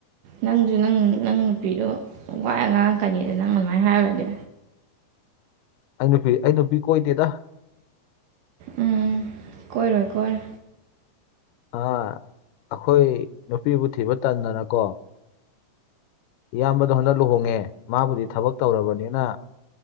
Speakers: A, on the right; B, on the left.
A: ꯅꯪꯁꯨ ꯅꯪ ꯅꯪ ꯅꯨꯄꯤꯗꯨꯣ ꯋꯥ ꯌꯥꯝ ꯉꯥꯡꯉꯛꯀꯅꯤꯗ ꯅꯪ ꯑꯗꯨꯃꯥꯏꯅ ꯍꯥꯏꯔꯨꯔꯗꯤ
B: ꯑꯩ ꯅꯨꯄꯤ ꯑꯩ ꯅꯨꯄꯤ ꯀꯣꯏꯗꯦꯗ
A: ꯎꯝ ꯀꯣꯏꯔꯣꯏ ꯀꯣꯏꯔꯣꯏ
B: ꯑꯥ ꯑꯈꯣꯏ ꯅꯨꯄꯤꯕꯨ ꯊꯤꯕ ꯇꯟꯗꯅꯀꯣ ꯏꯌꯥꯝꯕꯗꯣ ꯍꯟꯗꯛ ꯂꯨꯍꯣꯡꯉꯦ ꯃꯥꯕꯨꯗꯤ ꯊꯕꯛ ꯇꯧꯔꯕꯅꯤꯅ